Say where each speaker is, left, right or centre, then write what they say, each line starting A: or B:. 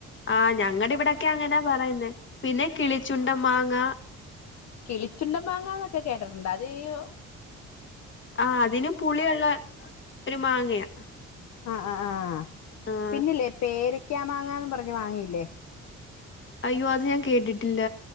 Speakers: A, on the left; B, on the left.
A: ആ് ഞങ്ങടെ ഇവിടൊക്കെ അങ്ങനാ പറയുന്നേ. പിന്നെ കിളിച്ചുണ്ട മാങ്ങ.
B: കിളിച്ചുണ്ടൻ മാങ്ങാന്നൊക്കെ കേട്ടിട്ടുണ്ട് അത് ഈ ഉ
A: ആ അതിനും പുളിയള്ള ഒരു മാങ്ങയാ.
B: ആ ആ ആഹ്.
A: ആഹ്
B: പിന്നല്ലേ പേരക്കാ മാങ്ങ ന്ന് പറഞ്ഞ മാങ്ങയില്ലെ.
A: അയ്യോ അത് ഞാൻ കേട്ടിട്ടില്ല.